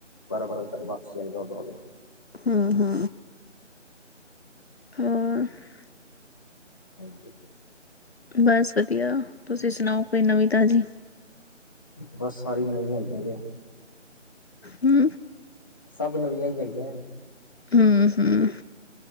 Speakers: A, on the left; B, on the left.
A: ਬਾਰਾਂ-ਬਾਰਾਂ ਵਜੇ ਤੱਕ ਵਾਪਸ ਚਲਦਾ ਓਡਰੋਂ ਵੀ।
B: ਹਾਂ- ਹਾਂ। <unintelligible>
A: ਹਾਂਜੀ।
B: ਬਸ ਵਧੀਆ, ਤੁਸੀਂ ਸੁਣਾਓ, ਕੋਈ ਨਵੀਂ ਤਾਜ਼ੀ?
A: ਬਸ, ਸਾਰੀ ਨਵੀ, ਹੈਗੀ ਜੇ
B: ਹਮ।
A: ਸਭ ਨਵੀਆਂ ਹੀ ਹੈਗੀਆਂ
B: ਹਮ ਹਮ